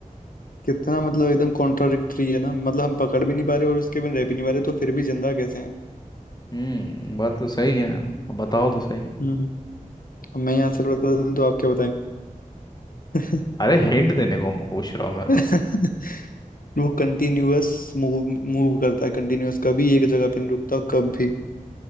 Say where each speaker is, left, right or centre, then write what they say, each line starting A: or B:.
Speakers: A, on the left; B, on the left.
A: कितना मतलब एकदम कॉन्ट्राडिक्टरी है ना मतलब हम पकड़ भी नहीं पा रहे और उसके बिन रह भी नहीं पा रहे तो फिर भी जिंदा कैसे हैं
B: हम्म बात तो सही है अब बताओ तो सही
A: हम्म अब मैं यहाँ आंसर बता दूं तो आप क्या बताएंगे
B: अरे हिंट देने को मैं पूछ रहा हूँ मैं तो
A: <laughs> वो कंटिन्यूअस मूव मूव करता है कंटिन्यूअस कभी एक जगह पे नहीं रुकता कभी